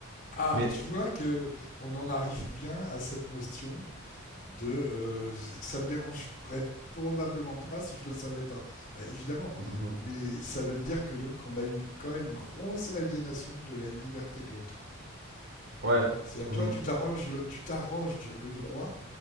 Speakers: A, on the left; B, on the right.
A: ah,
B: Mais
A: tu vois que on en arrive bien à cette notion de euh, <laughs> ça me dérangerait probablement pas si je le savais pas. Bah, évidemment,
B: Mhm.
A: mais ça veut dire que donc on a une quand même une grosse aliénation de la liberté de l'autre.
B: Ouais.
A: Tu vois C'est-à-dire
B: Mhm.
A: toi tu t'arroges le, tu t'arroges le droit